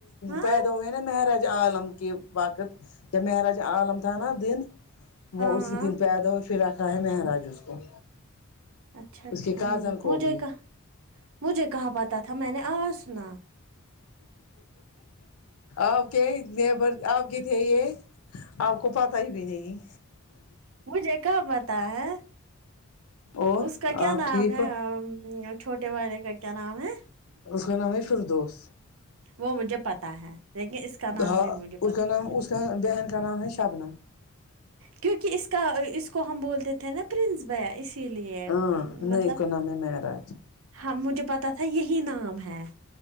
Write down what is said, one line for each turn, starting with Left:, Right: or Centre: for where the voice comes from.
Right: ہاں
Left: پیدا ہوئے ہیں نا مہراج عالم کے وقت جب مہراج عالم تھا نا دن وہ
Right: ہاں
Left: اسی
Right: ہاں
Left: دن پیدا ہو اور پھر رکھ رہا ہے مہراج اس کو
Right: اچھا
Left: اس
Right: ٹھیک
Left: کے کازن کو
Right: مجھے
Left: بھی
Right: کہاں مجھے کہاں پتہ تھا میں نے آج سنا
Left: آپ کے نیبر آپ کے تھے یہ آپ کو پتا ہی بھی نہیں
Right: مجھے کہاں پتا ہے
Left: اور
Right: اس کا کیا
Left: آپ
Right: نام
Left: ٹھیک
Right: ہے
Left: ہو
Right: چھوٹے والے کا کیا نام ہے
Left: اس کا نام ہے فردوس
Right: وہ مجھے پتا ہے لیکن اس کا نام
Left: ہاں
Right: نہیں مجھے پتا
Left: اس کا نام اس بہن کر نام ہیں شبنم
Right: کیوںکہ اس کا اس کو ہم بولتے تھے نا پرنس بیا اس اسی لیے
Left: ہاں نہیں
Right: مطلب
Left: اس کا نام ہے مہراج
Right: ہم مجھے پتا تھا یہی نام ہے